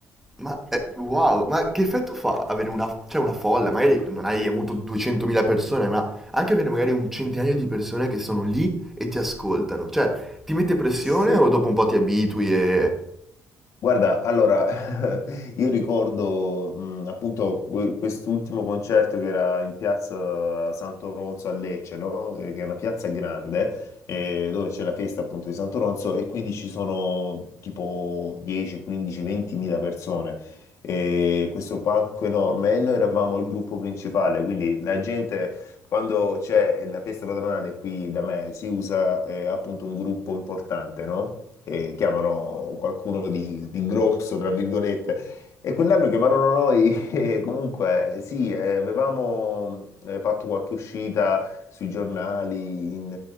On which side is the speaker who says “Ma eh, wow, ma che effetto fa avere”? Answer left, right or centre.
Centre